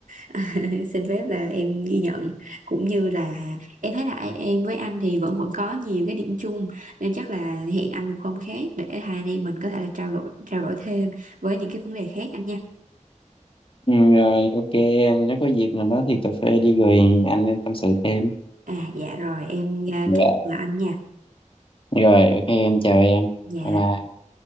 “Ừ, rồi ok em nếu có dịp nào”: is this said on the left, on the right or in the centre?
Left